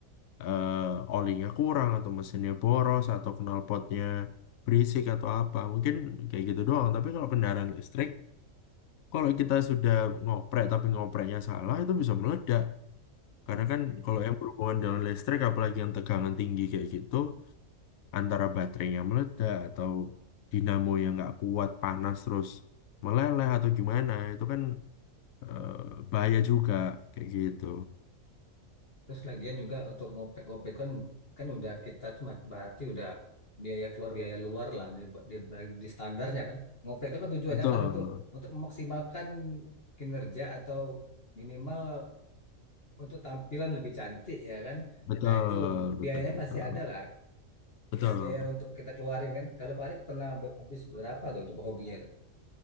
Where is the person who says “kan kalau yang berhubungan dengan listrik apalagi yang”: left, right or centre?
Left